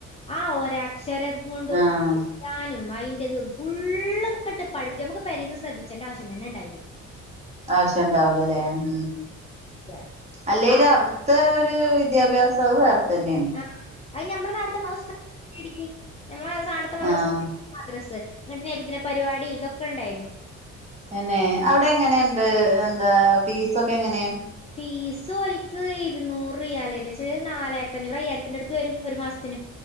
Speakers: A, on the left (about 20°); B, on the right (about 20°).
A: ആഒരാ ക്ഷരംക്കൊണ്ട്
B: ആഹ്
A: <unintelligible> ട്ടാനും മൈ ടതും ഫുള്ളും ങ്ങട്ട് പഠിപ്പിച്ചും അമ്മക്ക് പേരിന്ന് ശ്രദ്ധിച്ചണ്ട ആവശ്യം തന്നെ ഇ ണ്ടായീന്നീല.
B: ആവിശ്യണ്ടാവൂലലേ ഉം.
A: കുട്ടികളെ
B: അല്ലേലും
A: ആ
B: അവിട്ത്തെ ഒര് വിദ്യാഭ്യാസം അത് വേറെ തന്നെണ്.
A: ആ അത് ഞമ്മടെ നാട്ട്ത്തെ <unintelligible>
B: ആഹ്
A: മദ്രസ്സ് ഇങ്ങട്ട് നബിദിന പരിപാടി ഇതൊക്കെണ്ടായിരുന്നു.
B: തെന്നെ അവിടെ എങ്ങനെണ്ട് എന്താ ഫീസൊക്കെ എങ്ങനെ?
A: ഫീസ് ഓല്ക്ക് ഇര്നൂർ റിയാലേനി പശേ നാലായിരത്തി അഞ്ഞൂറ് അയ്യായിരത്തിന്റടുത്തു വെരും ഒരു മാസത്തിന്